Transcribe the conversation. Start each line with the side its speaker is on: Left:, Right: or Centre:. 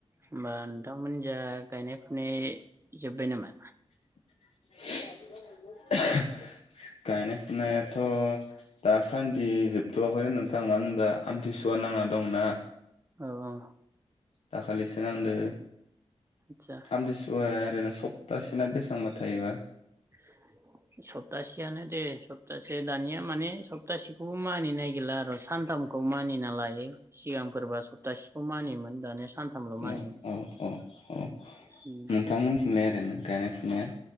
Right: होमबा नोंथांमोन जा गायनाय फुनाय जोब्बाय नामा?
Left: <unintelligible> गायनाय फुनायाथ' दासान्दि जोबथ'वाखैनो नोंथां मानो होनोबा आमथिसुवा नांना दङोना।
Right: औ।
Left: दाखालिसो नांदो,
Right: आदसा
Left: आमथिसु सुवाया ओरैनो सप्तासे ना बेसांबा थायोबा?
Right: <inaudible> सप्तासे आनो दे, सप्तासे। दानिया माने सप्तासेखौबो मानिनो नागिरला आरो सानथाम खौ मानिना लायो, सिगांफोरबा सप्तासेखौ मानियोमोन दानिया सानथामल' मानियो
Left: अ अ अ अ
Right: उम
Left: नोंथांमोनथिंलाय ओरैनो गायनाय फुनाया?